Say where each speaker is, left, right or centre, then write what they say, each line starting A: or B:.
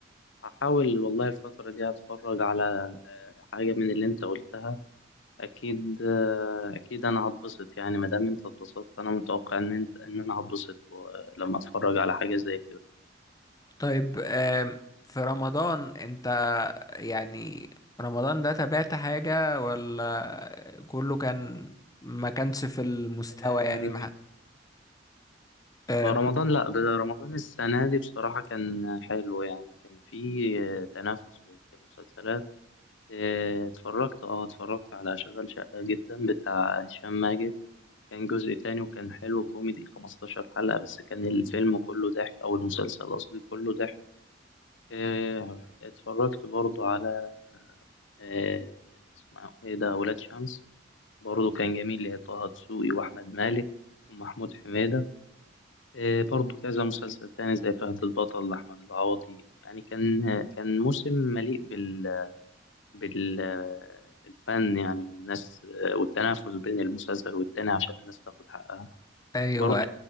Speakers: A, on the left (about 80°); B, on the left (about 20°).
A: هحاول والله الفترة دي أتفرج على آه، حاجة من اللي أنت قلتها اكيد آه، اكيد انا هتبسط يعني ما دام انت اتبسطت انا متوقع ان انت ان انا هتبسط و- لما اتفرج على حاجه زي كده
B: طيب آم، في رمضان أنت يعني رمضان ده تابعت حاجة ولا كله كان ما كانش في المستوى
A: آه،
B: يعني ما حد- آم،
A: رمضان لا ب- رمضان السنه دي بصراحه كان حلو يعني كان في آه، تنافس بين المسلسلات آه، اتفرجت اه اتفرجت على شغال شقه جدا بتاع هشام ماجد كان جزء تاني وكان حلو كوميدي 15 حلقه بس كان الفيلم كله ضحك او المسلسل قصدي كله ضحك آه، اتفرجت برضو على آه، اسمه ايه ده ولاد شمس برضه كان جميل اللي هي طه دسوقي واحمد مالك ومحمود حميدة آه، برضه كذا مسلسل تاني زي فهد البطل لأحمد العوضي يعني كان آه، كان موسم مليء بال بالفن يعني والناس آه، والتنافس بين المسلسل والتاني عشان الناس تاخد حقها
B: ايوه
A: برضه